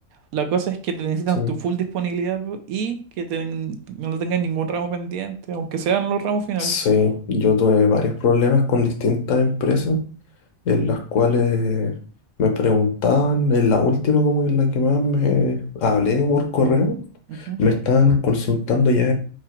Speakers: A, on the right; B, on the left.
A: La cosa es que te necesitan
B: Sí.
A: tu full disponibilidad po, y que ten- no tengas ningún ramo pendiente, aunque sean los ramos finales.
B: Sí, yo tuve varios problemas con distintas empresas en las cuales me preguntaban, en la última como en la que más me hablé por correo,
A: Ujú.
B: Me están consultando ya